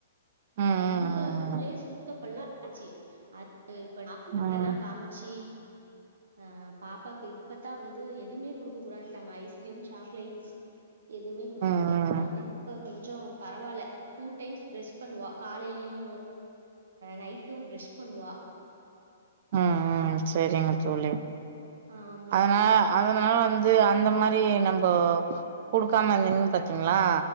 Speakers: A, on the right; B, on the right.
A: ம் ம்
B: ரொம்ப பல்லே சூத்த பல்லா ஆச்சு அது இப்ப டாக்டர்ட்டெல்லா
A: ம்
B: காம் ச்சி ஆ பாப்பாக்கு இப்பத்தா வந்து எதுவுமே குடுக்க கூடாதுன்ட்டாங்க ஐஸ்கிரீம் சாக்லேட்ஸ் எதுவுமே குடுக்க
A: ம் ம் ம்
B: கூடாதுன்ட்டாங்க இப்ப கொஞ்ச பரவால்ல டூ டைம்ஸ் பிரஷ் பண்ணுவா காலையிலயு நைட்டு பிரஷ் பண்ணுவா
A: ம் ம் செரிங்க தோழி
B: ஆமா
A: அதனால
B: தோழி
A: அதலா வந்து அந்த மாரி நம்போ குடுக்காம இருந்திங்கன்னு பாத்திங்ளா